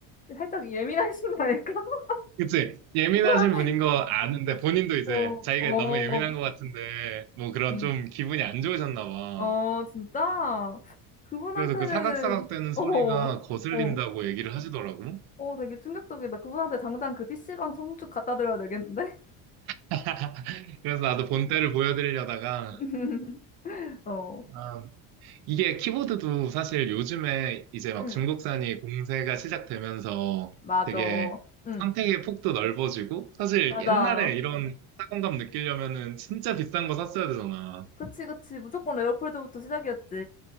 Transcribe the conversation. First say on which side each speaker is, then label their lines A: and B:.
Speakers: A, on the left; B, on the right.
A: 살짝 예민하신 거 아닐까? <laughs>
B: 그치? 예민하신
A: 그분한테,
B: 분인 거 아는데, 본인도 이제
A: 어,
B: 자기가
A: 어,
B: 너무 예민한 것 같은데, 뭐 그런
A: 음,
B: 좀 기분이 안 좋으셨나 봐.
A: 어, 진짜? 그분한테는,
B: 그래서 그 사각사각 되는 소리가
A: 어,
B: 거슬린다고
A: 어.
B: 얘기를 하시더라고.
A: 어, 되게 충격적이다. 그분한테 당장 그 PC방 청축 갖다 드려야 되겠는데?
B: <laughs> 그래서 나도 본때를 보여드리려다가,
A: <laughs> 어,
B: 아, 이게 키보드도 사실 요즘에 이제 막
A: 응,
B: 중국산이 공세가 시작되면서
A: 맞아.
B: 되게
A: 응,
B: 선택의 폭도 넓어지고, 사실
A: 맞아.
B: 옛날에 이런 사공감 느끼려면은 진짜 비싼 거 샀어야 되잖아.
A: 그치, 그치. 무조건 레오폴드부터 시작이었지.